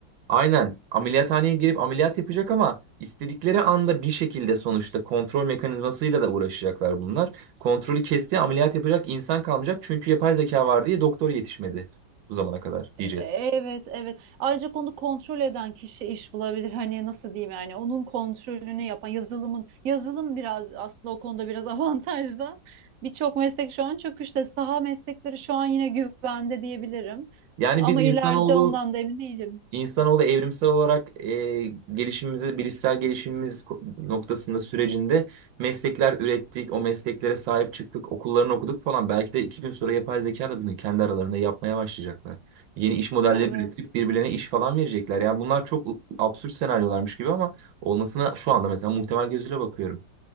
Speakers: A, on the right (about 90°); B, on the right (about 65°).
A: Aynen ameliyathaneye girip ameliyat yapacak ama istedikleri anda bir şekilde sonuçta kontrol mekanizmasıyla da uğraşacaklar bunlar. Kontrolü kesti ameliyat yapacak insan kalmayacak çünkü yapay zeka var diye doktor yetişmedi bu zamana kadar diyeceğiz.
B: evet evet. Ancak onu kontrol eden kişi iş bulabilir. Hani nasıl diyeyim yani onun kontrolünü yapan yazılımın yazılım biraz aslında o konuda biraz <laughs> avantajda. Birçok meslek şu an çok işte saha meslekleri şu an yine güvende diyebilirim.
A: Yani
B: Ama
A: biz insanoğlu
B: ileride ondan da emin değilim.
A: İnsanoğlu evrimsel olarak e, gelişimimizi, bilişsel gelişimimiz ko- noktasında sürecinde meslekler ürettik, o mesleklere sahip çıktık, okullarını okuduk falan. Belki de iki gün sonra yapay zeka da bunu kendi aralarında yapmaya başlayacaklar. Yeni iş modelleri
B: Evet.
A: üretip birbirlerine iş falan verecekler. Yani bunlar çok absürt senaryolarmış gibi ama olmasına şu anda mesela muhtemel gözüyle bakıyorum.